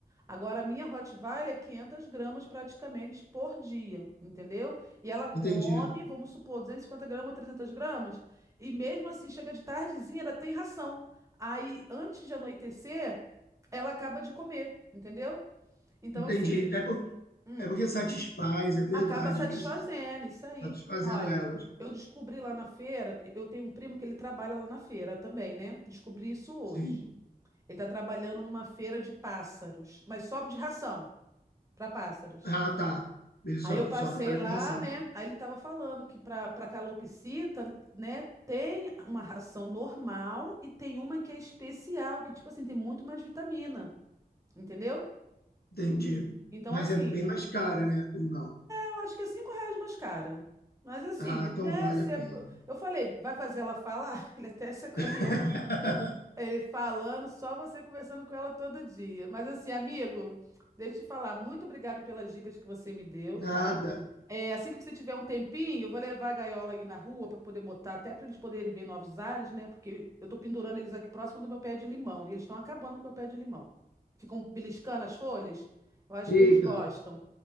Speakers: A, on the right; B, on the left.
A: Agora, a minha Rottweiler é 500 gramas praticamente por dia, entendeu? E ela come,
B: entendi.
A: vamos supor, 250 gramas ou 300 gramas, e mesmo assim chega de tardezinha, ela tem ração. Aí, antes de anoitecer, ela acaba de comer, entendeu? Então,
B: Entendi.
A: assim,
B: É, por,
A: hum,
B: é porque satisfaz, é verdade
A: Acaba satisfazendo,
B: isso. satis-
A: isso aí.
B: Satisfazendo
A: Olha,
B: elas.
A: eu descobri lá na feira, eu tenho um primo que ele trabalha lá na feira também, né? Descobri isso hoje.
B: Sim.
A: Ele tá trabalhando numa feira de pássaros, mas só de ração para pássaros.
B: Ah, tá. Ele só,
A: Aí eu passei
B: só trabalha
A: lá,
B: com ração.
A: né? Aí ele tava falando que para para calopsita, né, tem uma ração normal e tem uma que é especial, que tipo assim, tem muito mais vitamina, entendeu?
B: Entendi.
A: Então
B: Mas
A: assim,
B: é bem mais cara, né? Ou não?
A: Eu acho que é cinco reais mais caro. Mas assim,
B: Ah,
A: né?
B: então vale
A: se
B: a
A: é
B: pena.
A: bo- Eu falei, vai fazer ela falar? <laughs> Ele até sacaneou.
B: <laughs>
A: Ele falando, só você conversando com ela todo dia. Mas assim, amigo, deixa eu te falar, muito obrigado pelas dicas que você me deu,
B: Nada.
A: tá? É, assim que você tiver um tempinho, eu vou levar a gaiola aí na rua para poder botar, até para eles poderem ver novos ares, né? Porque eu tô pendurando eles aqui próximo do meu pé de limão. E eles estão acabando com o meu pé de limão. Ficam beliscando as folhas. Eu acho
B: Eita,
A: que eles gostam.